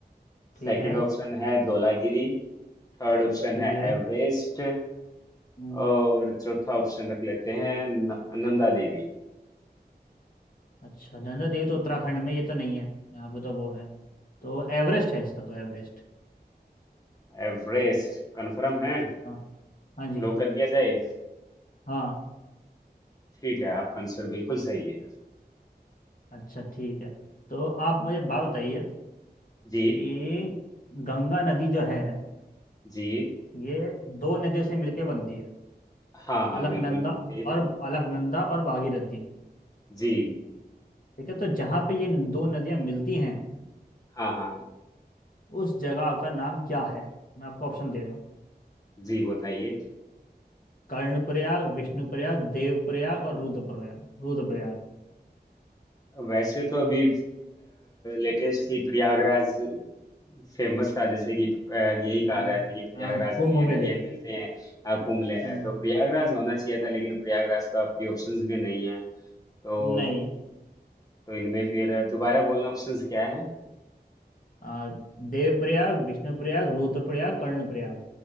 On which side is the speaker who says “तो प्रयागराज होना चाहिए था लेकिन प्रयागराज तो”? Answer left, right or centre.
Left